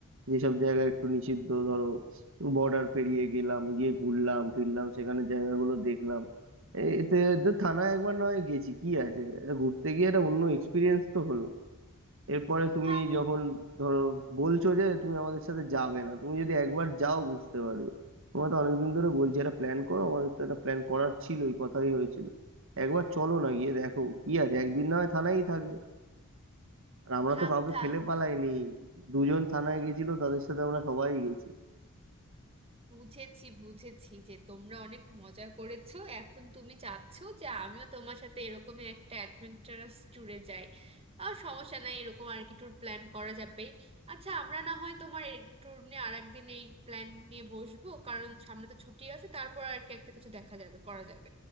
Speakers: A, on the right; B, on the right.
A: যেসব জায়গা একটু নিষিদ্ধ ধরো বর্ডার পেরিয়ে গেলাম গিয়ে ঘুরলাম ফিরলাম সেখানে জায়গাগুলো দেখলাম এতে তো থানায় একবার না হয় গেছি কি আছে এটা ঘুরতে গিয়ে একটা অন্য এক্সপিরিয়েন্স তো হলো এরপরে তুমি
B: থাক
A: যখন ধরো বলছো যে তুমি আমাদের সাথে যাবে না তুমি যদি একবার যাও বুঝতে পারবে তোমার তো অনেকদিন ধরে বলছি একটা প্ল্যান করো আমাদের তো একটা প্ল্যান করার ছিল এই কথাই হয়েছিল একবার চলো না গিয়ে দেখো কি আছে একদিন না হয় থানায়ই থাকবে আর আমরা
B: থাক
A: তো কাউকে
B: থাক
A: ফেলে পালাইনি দুজন থানায় গেছিল তাদের সাথে আমরা সবাই গেছি
B: বুঝেছি বুঝেছি যে তোমরা অনেক মজা করেছো এখন তুমি চাচ্ছো যে আমিও তোমার সাথে এরকম একটা অ্যাডভেঞ্চারাস ট্যুরে যাই আর সমস্যা নাই এরকম আর কি ট্যুর প্ল্যান করা যাবে আচ্ছা আমরা না হয় তোমার এই ট্যুর নিয়ে আর একদিন এই প্ল্যান নিয়ে বসবো কারণ সামনে তো ছুটি আছে তারপর আর কি একটা কিছু দেখা যাবে করা যাবে